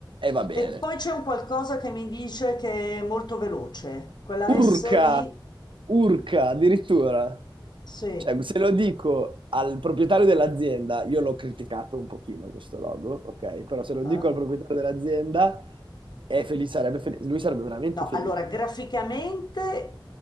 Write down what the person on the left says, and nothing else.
e poi c'è un qualcosa che mi dice che è molto veloce, quella
S lì,
sì,
eh?
No,
allora graficamente